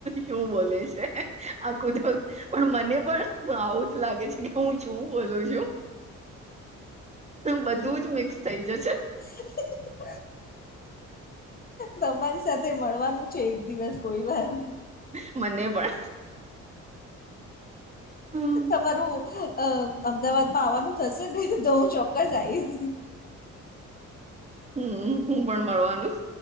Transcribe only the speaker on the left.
<inaudible> તમારી સાથે મળવાનું છે એક દિવસ કોઈ વાત
તમારું અ અમદાવાદમાં આવવાનું થશે ને તો હું ચોક્કસ આઈશ